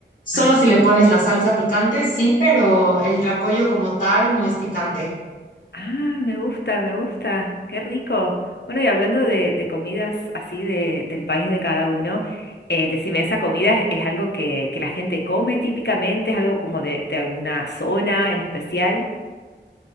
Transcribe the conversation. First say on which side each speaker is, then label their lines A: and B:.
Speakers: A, on the left; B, on the left.
A: Ah,
B: solo si le pones la salsa picante, sí, pero el tracollo como tal no es picante.
A: ah, me gusta, me gusta, qué rico. Bueno, y hablando de, de comidas así de, del país de cada uno, eh, decime, ¿esa comida es, es algo que, que la gente come típicamente? ¿Es algo como de, de alguna zona en especial?